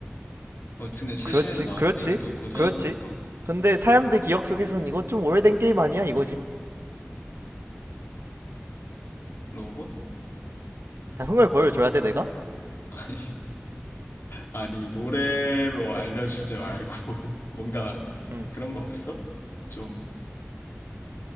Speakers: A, on the left; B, on the right.
A: 뭐, 근데 최신에도
B: 그렇지,
A: 나왔으니까
B: 그렇지,
A: 또 고전,
B: 그렇지.
A: 어,
B: 근데 사람들 기억 속에선 이거 좀 오래된 게임 아니야 이거지?
A: 로봇?
B: 아, 흥을 거어줘야 돼 내가?
A: <laughs> 아니, 아니, 노래로 알려주지 말고, <laughs> 뭔가
B: 응.
A: 그런 거 없어? 좀,